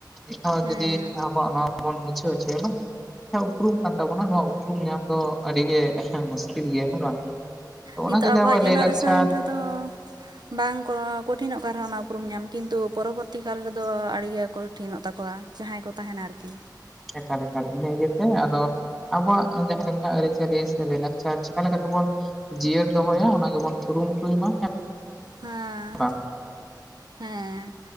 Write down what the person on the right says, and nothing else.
ᱦᱮᱸ
ᱱᱤᱛᱚᱜ
ᱡᱮᱱᱟᱨᱮᱥᱚᱱ
ᱨᱮᱫᱚ ᱵᱟᱝ ᱠᱚ ᱠᱚᱴᱷᱤᱱᱚᱜ ᱠᱟᱱ ᱨᱮᱦᱚᱸ ᱚᱱᱟ ᱩᱯᱨᱩᱢ ᱧᱟᱢ ᱠᱤᱱᱛᱩ ᱯᱚᱨᱚᱵᱚᱨᱛᱤ ᱠᱟᱞ ᱨᱮᱫᱚ ᱟᱹᱰᱤ ᱜᱮ ᱠᱚᱴᱷᱤᱱᱚᱜ ᱛᱟᱠᱚᱣᱟ᱾ ᱡᱟᱦᱟᱸᱭ ᱠᱚ ᱛᱟᱦᱮᱱᱟ ᱟᱨᱠᱤ᱾
ᱦᱟᱸ
<inaudible> ᱦᱮᱸ᱾